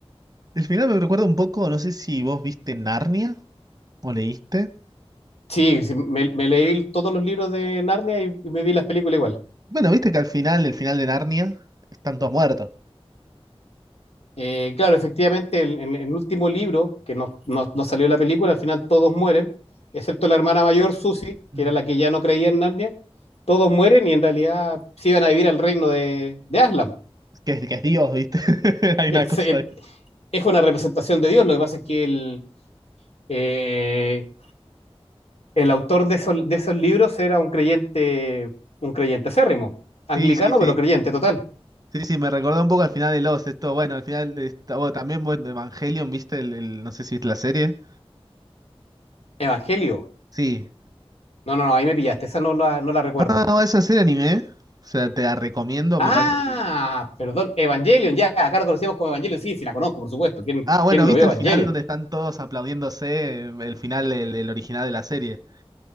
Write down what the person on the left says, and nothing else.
Sí, sí, me, me leí todos los libros de Narnia y, y me vi las películas igual.
Eh, claro, efectivamente, en en- el último libro, que no, no- no salió la película, al final todos mueren, excepto la hermana mayor, Susie,
que era la que ya no creía en Narnia, todos mueren y en realidad se iban a vivir al reino de, de Aslan,
que
es,
eh,
es una representación de Dios. Lo que pasa es que el, eh, el autor de esos, de esos libros era un creyente, un creyente acérrimo, anglicano,
pero creyente total,
evangelio.
No, no, no, ahí me pillaste, esa no la, no la recuerdo.
Ah,
perdón, Evangelion, ya, acá la conocíamos como Evangelion, sí, sí, la conozco, por supuesto. ¿Quién,
quién no
vio
Evangelion?